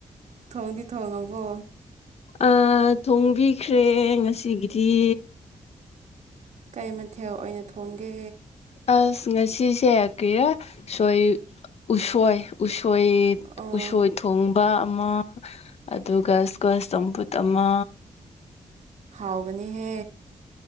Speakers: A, on the right; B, on the left.
A: ꯊꯣꯡꯗꯤ ꯊꯣꯡꯉꯕꯣ
B: ꯑꯥ ꯊꯣꯡꯕꯤꯈ꯭ꯔꯦ ꯉꯁꯤꯒꯤꯗꯤ
A: ꯀꯩ ꯃꯊꯦꯜ ꯑꯣꯏꯅ ꯊꯣꯡꯒꯦ
B: ꯑꯁ ꯉꯁꯤꯁꯦ ꯀ꯭ꯔꯤꯔ ꯁꯣꯏ ꯎꯁꯣꯏ ꯎꯁ ꯎꯁꯣꯏ
A: ꯑꯣ
B: ꯎꯁꯣꯏ ꯊꯣꯡꯕ ꯑꯃ ꯑꯗꯨꯒ ꯏꯁꯀ꯭ꯋꯥꯁ ꯆꯝꯐꯨꯠ ꯑꯃ
A: ꯍꯥꯎꯒꯅꯤꯍꯦ